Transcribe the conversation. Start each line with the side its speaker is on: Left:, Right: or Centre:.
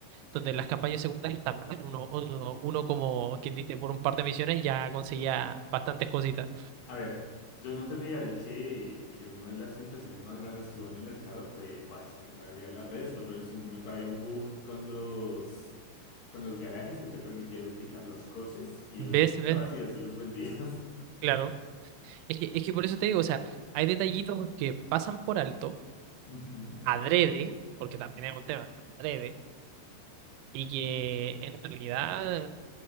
Right: donde las campañas secundarias también uno, uno, uno como quien dice, por un par de misiones ya conseguía bastantes cositas.
Left: A ver, yo no te negaré que, que una de las inflaciones más grandes que hubo en el mercado fue. Buah, es que no debería hablar de esto, pero en su momento había un bug con los. con los garajes que te permitía duplicar los coches y
Right: ¿Ves?
Left: los duplicabas
Right: ¿Ves?
Left: y así los vendías.
Right: Claro. Es que, es que por eso te digo, o sea, hay detallitos que pasan por alto,
Left: <laughs> Ujú.
Right: adrede, porque también es un tema, adrede, y que en realidad